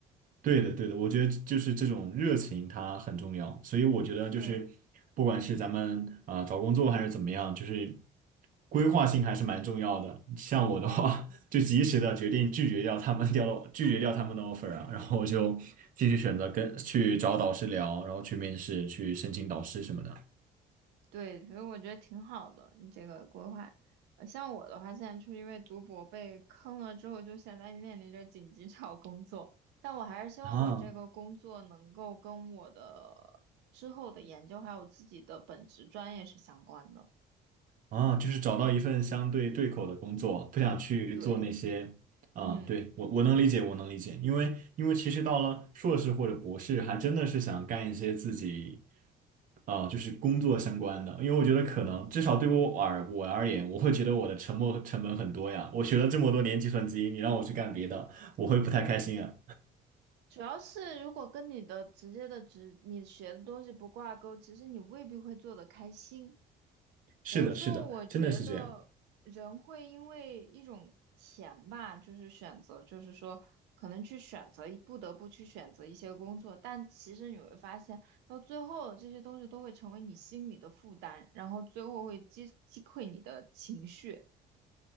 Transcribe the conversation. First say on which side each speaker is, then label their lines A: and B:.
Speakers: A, on the right (about 55°); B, on the right (about 85°).
A: 对的，对的，我觉得就是这种热情它很重要，所以我觉得就是不管是咱们啊、
B: <laughs> 对。
A: 找工作还是怎么样，就是规划性还是蛮重要的。像我的话，<laughs> 就及时的决定拒绝掉他们掉了拒绝掉他们的 offer 啊，然后我就继续选择跟去找导师聊，然后去面试，去申请导师什么的
B: 对，所以我觉得挺好的，你这个规划。呃，像我的话，现在就是因为读博被坑了之后，就现在面临着紧急找工作。但我还是希望我这个工作能够跟我的之后的研究还有自己的本职专业是相关的。
A: 啊。啊，就是找到一份相对对口的工作，不想去做那些啊，
B: 对，嗯，
A: 对，我我能理解，我能理解，因为因为其实到了硕士或者博士，还真的是想干一些自己啊，就是工作相关的，因为我觉得可能至少对我而我而言，我会觉得我的沉没成本很多呀，我学了这么多年计算机，你让我去干别的，我会不太开心啊。
B: 主要是如果跟你的直接的职，你学的东西不挂钩，其实你未必会做得开心。
A: 是的，
B: 有的时候我觉得人会因为一种钱吧，
A: 是的，真的是这样。
B: 就是选择，就是说可能去选择，不得不去选择一些工作，但其实你会发现，到最后这些东西都会成为你心里的负担，然后最后会击击溃你的情绪。